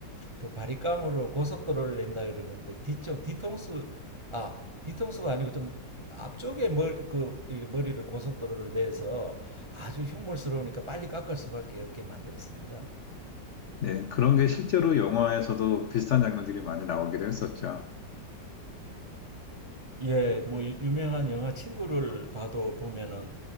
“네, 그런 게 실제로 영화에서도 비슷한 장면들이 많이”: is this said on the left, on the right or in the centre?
Left